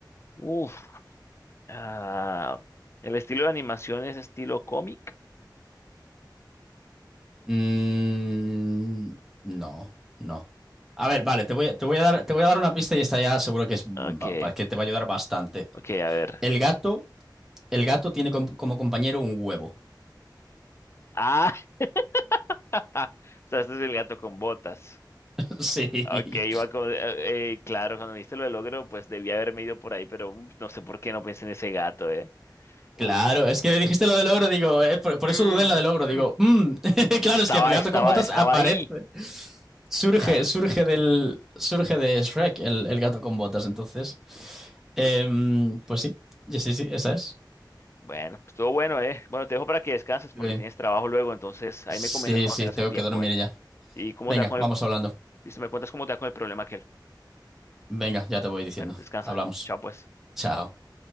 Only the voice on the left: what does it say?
Uf. Ah, el estilo de animación es estilo cómic.
Ok,
ok, a ver.
Ah, <laughs> o sea, este es el gato con botas.
Ok, iba con, eh, eh, claro, cuando me diste lo del logro, pues debía haberme ido por ahí, pero uh, no sé por qué no pensé en ese gato, ¿eh? Uh,
mm,
mm.
Estaba,
estaba,
estaba
ahí.
Claro
está.
Uf, ok.
Bueno, estuvo bueno, ¿eh? Bueno, te dejo para que descanses porque
tienes trabajo luego, entonces ahí
me comentas cuando
tengas
el tiempo,
¿eh?
Y cómo
te va con
el,
listo, me cuentas cómo te va con el problema aquel.
Bueno, descansa.
Chao, pues.